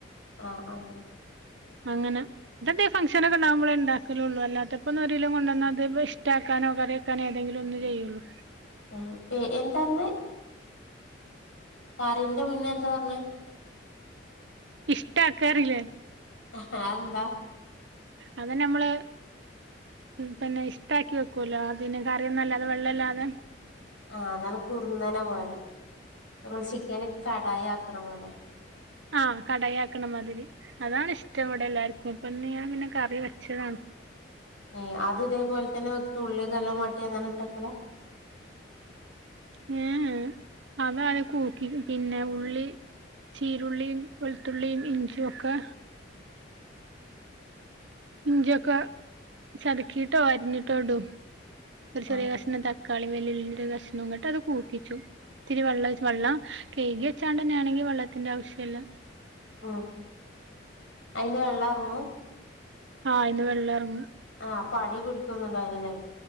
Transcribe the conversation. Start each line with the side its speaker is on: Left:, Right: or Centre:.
Left: ആഹ് ആഹ്
Right: അങ്ങനെ ഇതട്ടെ ഫങ്ഷന് ഒക്കെണ്ടകുമ്പോ ഉണ്ടാക്കലള്ളൂ അല്ലാത്തപ്പോ ഒരു കിലോ കൊണ്ട വന്നാ അത് ഇഷ്ടക്കാനോ കറിക്കാനോ ഏതെങ്കിലും ഒന്ന് ചെയ്യുള്ളൂ
Left: ഉം പ്പ് എന്താര്ന്ന് കറിന്റെ മുന്നേ എന്താ പറന്നെ
Right: ഇഷ്ട ആക്കാറില്ലേ
Left: ആഹ് അതെന്താ
Right: അത് നമ്മൾ പിന്നെ ഇഷ്ടക്കി വെക്കോല്ലോ പിന്നെ കറിയൊന്നുല്ലാതെ വെള്ളോല്ലാതെ
Left: ആഹ നല്ല കുറുന്നനെ പോലെ നമ്മള് ചിക്കന് കടായി ആക്കണ പോലെ
Right: ആഹ കടായിയാക്കണമാതിരി അതാണ് ഇഷ്ടം ഇവിടെ എല്ലാർക്കും ഇപ്പം പിന്നെ ഞാൻ പിന്നെ കറി വെച്ചതാണ്
Left: ഉം അത് ഇതേപോലെ തന്നെ വെക്കൊള് <unintelligible> <unintelligible> അങ്ങനട്ടാക്കല്ല
Right: <unintelligible> അതായത് കൂക്കി പിന്നെ ഉള്ളി ചീരുള്ളിയും വെളുത്തുള്ളിയും ഇഞ്ചിയും ഒക്കെ ഇഞ്ചിയൊക്ക ചതുക്കിട്ടോ അരിഞ്ഞിട്ടോടും ഒരു ചെറിയ
Left: ആഹ്
Right: കഷ്ണം തക്- ക്കാളി വല്ലുള്ളിന്റെ കഷ്നവും ഇങ്ങോട്ട് അത് കൂപ്പിച്ചു ഇച്ചിരി വെള്ളം ഒഴിച്ച് വെള്ളം കഴുകി വെച്ചാണ്ട് തന്നെ ആണെങ്കി വെള്ളത്തിന്റെ ആവശ്യ ഇല്ല
Left: ആ അയിന് വെള്ളം എറങ്ങു
Right: ആയിന്ന് വെള്ളം എറങ്ങും
Left: ആഹ് അപ്പൊ അടി പിടിക്കുംന്നുണ്ടായില്ലല്ലേ